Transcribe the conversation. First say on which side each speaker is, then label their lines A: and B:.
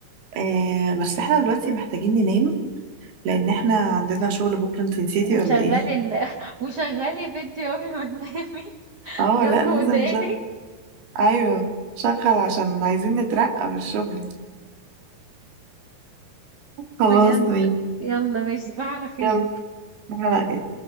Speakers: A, on the right; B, on the right.
A: آه بس احنا دلوقتي محتاجين ننام لان احنا عندنا شغل بكرة انت نسيتي
B: وشغلي
A: ولا ايه
B: ال... <laughs> وشغلي فيديو قبل ما تنامي
A: اه
B: جنب
A: لا لازم
B: وداني
A: نشغل ايوه شغل عشان عايزين نترقى في الشغل خلاص
B: بجد
A: ماشي
B: يلا ماشي تصبح على خير
A: يلا على خير